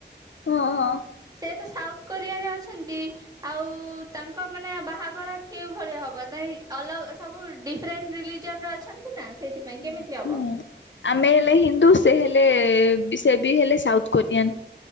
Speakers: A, on the left; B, on the right.
A: ହଁ ହଁ।
B: ସେ ତ ସାଉଥ କୋରିଆରେ ଅଛନ୍ତି। ଆଉ ତାଙ୍କ ମାନେ ବାହାଘର କେଉ ଭଳିଆ ହବ ତ ଅଲ ସବୁ ଡି ଫ୍ରେଣ୍ଡ ରିଲିଜନ୍ ରେ ଅଛନ୍ତି ନା। ସେଇଥିପାଇଁ କେମିତି
A: ହ
B: ହବ
A: ହୁଁ ଆମେ ହେଲେ ହିନ୍ଦୁ ସେ ହେଲେ ବି ସେ ବି ହେଲେ ସାଉଥ କୋରିଆନ୍।